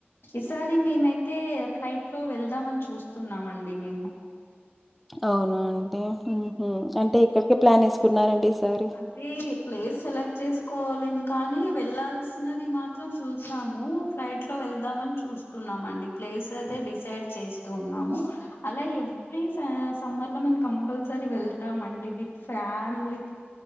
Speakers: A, on the left; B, in the centre.
A: ఈసారి మేమైతే ఫ్లైట్ లో వెళ్దామని చూస్తున్నామండి మేము
B: అవునా అండి ఊహు అంటే ఎక్కడికి ప్లాన్ వేసుకున్నారండి ఈసారి
A: అదే ప్లేస్ సెలెక్ట్ చేసుకోవాలిం కానీ వెళ్లాల్సినది మాత్రం చూసాము ఫ్లైట్ లో వెళ్దామని చూస్తున్నామండి ప్లేస్ అయితే డిసైడ్ చేస్తూ ఉన్నాము అలా ఎవ్రీ స సమ్మర్ లో మేం కంపల్సరీ వెళ్తామండి విత్ ఫ్యామిలీ